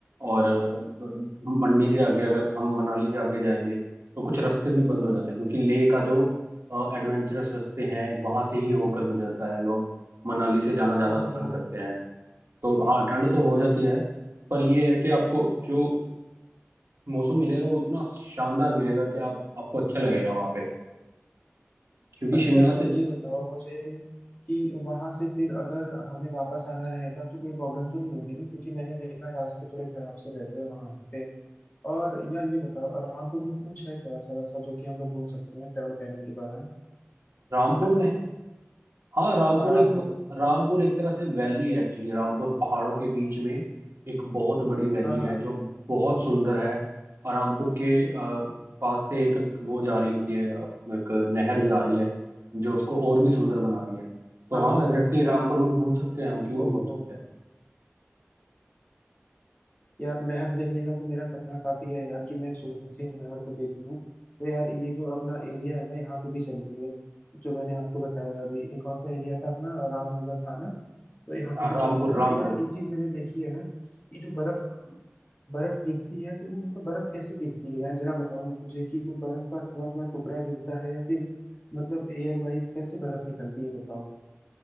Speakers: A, on the right; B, on the left.
A: और अ, मंडी से आगे अगर हम मनाली से आगे जाएंगे तो कुछ रास्ते भी बंद हो जाते हैं क्योंकि लेह का जो एडवेंचरस रास्ते हैं वहां से ही होकर गुजरता है लोग मनाली से जाना ज्यादा
B: ओहो
A: पसंद करते हैं तो हाँ ठंड तो हो जाती है पर ये है कि आपको जो मौसम मिलेगा वो इतना शानदार मिलेगा कि आप आपको अच्छा लगेगा वहां पे क्योंकि
B: अच्छा
A: शिमला
B: यार तो
A: से
B: ये बताओ मुझे कि वहां से फिर अगर हमें वापस आना रहेगा तो कोई प्रॉब्लम तो नहीं होगी ना क्योंकि मैंने देखा है रास्ते थोड़े खराब से रहते हैं वहां पे और यार ये बताओ रामपुर में कुछ है क्या ऐसा वैसा जो कि हम लोग घूम सकते हैं ट्रेवल प्लानिंग के दौरान
A: रामपुर में हाँ रामपुर
B: हाँ रामपुर
A: एक
B: में
A: रामपुर एक तरह से वैली है एक्चुअली रामपुर पहाड़ों के बीच में एक बहुत बड़ी वैली
B: हाँ हाँ
A: है जो बहुत सुंदर है और रामपुर के अ, पास से एक वो जा रही होती है अ, एक नहर जा रही है जो उसको और भी सुंदर बना रही है तो
B: हाँ
A: हाँ
B: हाँ
A: एग्जैक्टली
B: हाँ हाँ
A: रामपुर में घूम सकते हैं हम क्यों नहीं
B: ओहो
A: घूम सकते
B: हो
A: हैं
B: यार नहर देखने का तो मेरा सपना काफी है यार कि मैं एक सुंदर सी नहर को देखूं तो यार ये जो अपना एरिया है ना यहाँ पे भी चलेंगे जो मैंने आपको बताया अभी ये कौन सा एरिया था अपना रामनगर था ना तो यहाँ
A: हाँ
B: पे भी
A: रामपुर
B: चलेंगे बट
A: रामपुर
B: यार एक चीज मैंने देखी है ना कि जो बर्फ बर्फ गिरती है तो वो मतलब बर्फ कैसे गिरती है यार जरा बताओ मुझे कि वो बर्फ का थोड़ा थोड़ा टुकड़ा गिरता है या फिर मतलब एयर वाइज कैसे बर्फ निकलती है बताओ